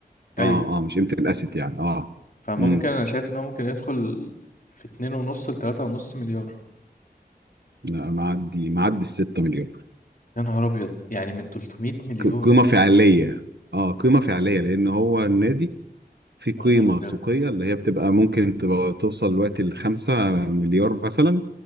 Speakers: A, on the left (about 55°); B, on the right (about 85°).
A: ايوه
B: اه آه، مش قيمه الاسيت يعني اه
A: فممكن
B: امم
A: انا شايف ان هو ممكن يدخل في 2 ونص ل 3 ونص مليار
B: لا معدي معدي ال 6 مليون
A: يا نهار ابيض يعني من 300 مليون
B: ق- قيمه فعليه اه قيمه فعليه لان هو النادي في قيمة
A: يا نهار ابيض
B: سوقية اللي هي بتبقى ممكن تبقى توصل دلوقتي لخمسة مليار مثلا